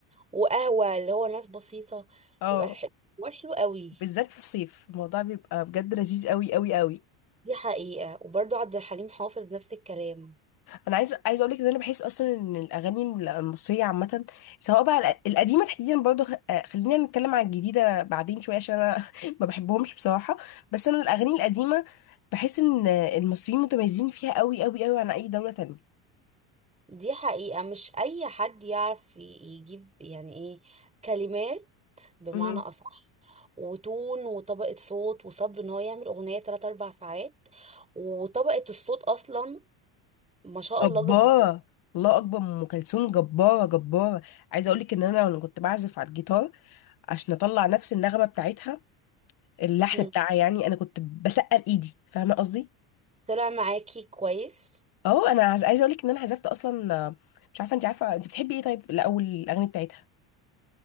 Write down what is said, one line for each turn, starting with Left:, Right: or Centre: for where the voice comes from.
Right: وقهوة اللي هو ناس بسيطة
Left: اه
Right: بيبقى الحوار حلو قوي
Left: بالذات في الصيف الموضوع بيبقى بجد لذيذ قوي قوي قوي
Right: دي حقيقة وبرضو عبد الحليم حافظ نفس الكلام
Left: انا عايز عايز اقول لك ان انا بحس اصلا ان الاغاني المصريه عامه سواء بقى الق- القديمه تحديدا برضه خ- آه، خلينا نتكلم على الجديده بعدين شويه عشان انا <laughs> ما بحبهمش بصراحه بس انا الاغاني القديمه بحس ان المصريين متميزين فيها قوي قوي قوي عن اي دوله تانية
Right: دي حقيقة مش أي حد يعرف ي- يجيب يعني إيه كلمات بمعنى
Left: مهم.
Right: أصح وتون وطبقة صوت وصبر إن هو يعمل أغنية 3 أربع ساعات وطبقة الصوت أصلا ما شاء الله
Left: جباره
Right: جبارة
Left: الله اكبر ام كلثوم جباره جباره عايزه اقول لك ان انا وانا كنت بعزف على الجيتار عشان اطلع نفس النغمه بتاعتها اللحن
Right: مم.
Left: بتاعها يعني انا كنت بتقل ايدي فاهمه قصدي
Right: طلع معاكي كويس
Left: اه انا عايز- عايزه اقول لك ان انا عزفت اصلا آه، مش عارفه انت عارفه انت بتحبي ايه طيب الاول الاغاني بتاعتها